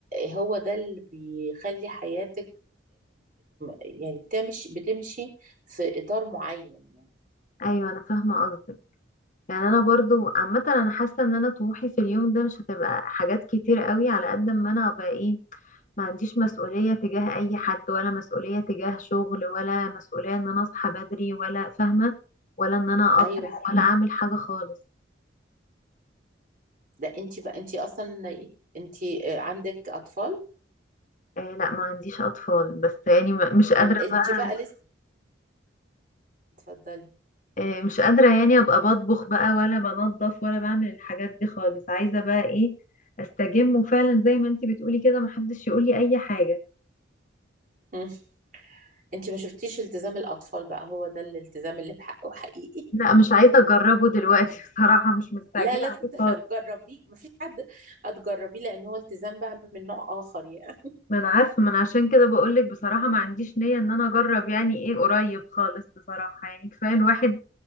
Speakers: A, on the right (about 45°); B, on the left (about 40°).
A: هو ده اللي بيخلي حياتك يعني بتمشي بتمشي في اطار معين يعني
B: ايوه انا فاهمه قصدك يعني انا برضو عامه انا حاسه ان انا طموحي في اليوم ده مش هتبقى حاجات كتير قوي على قد ما انا ابقى ايه ما عنديش مسؤوليه تجاه اي حد ولا مسؤوليه تجاه شغل ولا مسؤوليه ان انا اصحى بدري ولا فاهمه ولا ان انا
A: ايوه
B: اطبخ ولا اعمل حاجه خالص
A: ده انت بقى انت اصلا انت عندك اطفال
B: آه لا ما عنديش اطفال بس يعني م- مش قادره
A: انت
B: بقى
A: بقى لسه اتفضلي
B: آه، مش قادرة يعني ابقى بطبخ بقى ولا بنظف ولا بعمل الحاجات دي خالص عايزة بقى ايه استجم وفعلا زي ما انتي بتقولي كده محدش يقولي اي حاجة
A: مم. انت ما شفتيش التزام الاطفال بقى هو ده الالتزام اللي بحقه حقيقي
B: لا مش عايزة اجربه دلوقتي <laughs> بصراحة مش
A: <laughs>
B: مستعجلة
A: لا لازم
B: عليه
A: هتجربيه
B: خالص
A: مفيش حد هتجربيه لان هو التزام بقى من نوع اخر يعني
B: ما انا عارفة ما انا عشان كده بقولك بصراحة ما عنديش نية ان انا اجرب يعني ايه قريب خالص بصراحة يعني كفاية الواحد